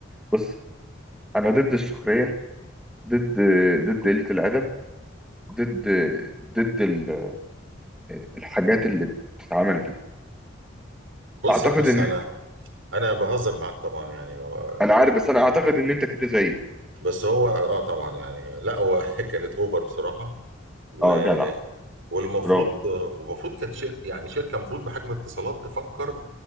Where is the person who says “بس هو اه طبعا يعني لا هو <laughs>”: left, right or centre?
Right